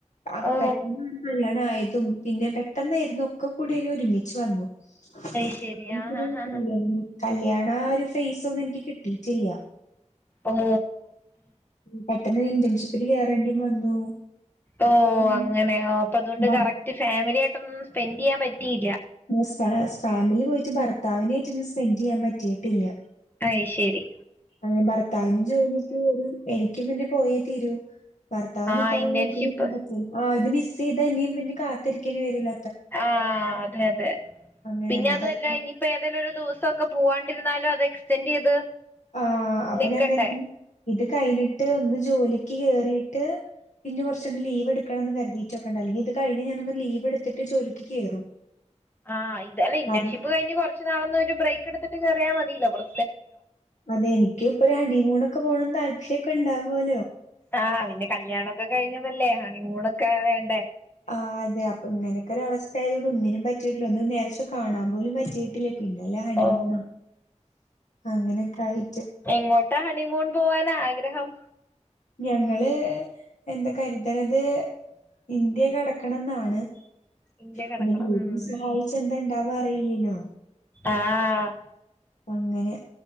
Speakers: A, on the left (about 75°); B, on the left (about 15°).
A: ആഹ്
B: ഓ
A: പെട്ടെന്നാര്ന്നു കല്യാണം ആയതും പിന്നെ പെട്ടെന്നായിരുന്നു ഒക്കെ കൂടി ഒരുമിച്ച് വന്നു
B: അയ്ശരി
A: ആഹ് എനിക്കൊരു
B: ആഹ് ആഹ്
A: കല്യാണ ആഹ് ഒരു ഫേസ് ഒന്നും എനിക്ക് കിട്ടീറ്റില്ല
B: ഓഹ്
A: പെട്ടെന്നൊരു ഇന്റേൺഷിപ്പിൽ കേറേണ്ടീം വന്നു
B: ഓഹ്
A: അപ്പം
B: അങ്ങനെയ അപ്പ അതുകൊണ്ട്
A: ഭർ
B: കറക്റ്റ് ഫാമിലി ആയിട്ടൊന്നും സ്പെൻഡ് ചെയ്യാൻ പറ്റിയില്ല
A: ആഹ് <unintelligible> ഫാമിലി പോയിട്ട് ഭർത്താവിനായിട്ടന്നെ സ്പെൻഡ് ചെയ്യാൻ പറ്റിയിട്ടില്ല
B: അയ്ശരി
A: അങ്ങനെ ഭർത്താവിനും ജോലിക്ക് <unintelligible> എനിക്ക് പിന്നെ പോയേ തീരൂ ഭർത്താവ്
B: ആ
A: നിക്കാൻ
B: ഇന്റേൺഷിപ്പ്
A: <unintelligible> ആഹ് ഇത് മിസ് ചെയ്താ ഇനിയും പിന്നെ കാത്തിരിക്കേണ്ടി വരൂല്ല
B: ആഹ് അതെ അതെ
A: അങ്ങനെ
B: പിന്നെ അതുമല്ല
A: അതത്ര
B: ഇനി ഇപ്പ ഏതെലും ഒരു ദിവസൊക്കെ പൂവാണ്ടിരുന്നാലും അത് എക്സ്ടെൻഡ് ചെയ്ത്
A: ആഹ് അപ്പൊ
B: നിക്കണ്ടേ
A: ഞാൻ കരുതും ഇത് കഴിഞ്ഞിട്ട് ഒന്ന് ജോലിക്ക് കേറിയിട്ട് പിന്ന കുറച്ചങ്ങട് ലീവ് എടുക്കണംന്ന് കരുതീറ്റൊക്കണ്ട് അല്ലെങ്കി ഇത് കഴിഞ്ഞ ഞാനൊന്ന് ലീവെടുത്തിട്ട് ജോലിക്ക് കേറും
B: ആഹ് ഇതല്ല ഇന്റേൺഷിപ്പ്
A: കാരണം
B: കഴിഞ്ഞ് കൊറച്ച് നാളന്നും ഒരു ബ്രേക്ക് എടുത്തിട്ട് കേറിയാ മതീല്ലോ കൊർ
A: അതെ എനിക്കൂപ്പ ഒരു ഹണി മൂണൊക്കെ പോണന്ന് താല്പര്യക്കെ ഇണ്ടാവോല്ലോ
B: ആഹ് പിന്നെ കല്യാണൊക്കെ കഴിഞ്ഞതല്ലേ ഹണിമൂണൊക്കെ വേണ്ടേ
A: ആഹ് അതെ അപ്പൊ ഇങ്ങനൊക്കെ ഒരു അവസ്ഥ ആയതുകൊണ്ട് ഒന്നിനും പറ്റിയിട്ടില്ല ഒന്നും നേരെ ചൊവ്വേ കാണാൻ പോലും പറ്റിയിട്ടില്ല പിന്നല്ലേ ഹണിമൂണ്
B: ഓ
A: അങ്ങനെയൊക്കെ ആയി
B: എങ്ങോട്ടാ ഹണിമൂൺ പോവാനാഗ്രഹം
A: ഞങ്ങള് എന്താ കരുത്ണത് ഇന്ത്യ കടക്കണം എന്നാണ്
B: ഇന്ത്യ കിടക്കണം
A: പിന്നെ ദൈവം
B: ഉം.
A: സഹായിച്ച എന്താ ഉണ്ടവാ അറിയില്ലലോ
B: ആഹ്
A: അങ്ങനെ